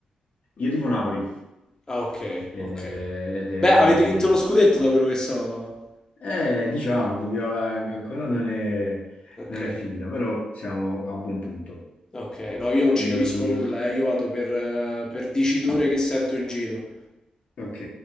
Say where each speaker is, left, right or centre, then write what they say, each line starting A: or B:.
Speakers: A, on the left; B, on the left.
A: Io tifo Napoli,
B: Ah, ok,
A: eh,
B: ok.
A: ed è,
B: Beh, avete vinto lo scudetto da quello che so.
A: eh, diciamo, dobbiamo, eh, ancora non è,
B: Ok,
A: non è finita, però siamo a buon punto.
B: ok. No, io non
A: E,
B: ci capisco nulla, eh. Io vado per, eh, per diciture che sento in giro.
A: ok,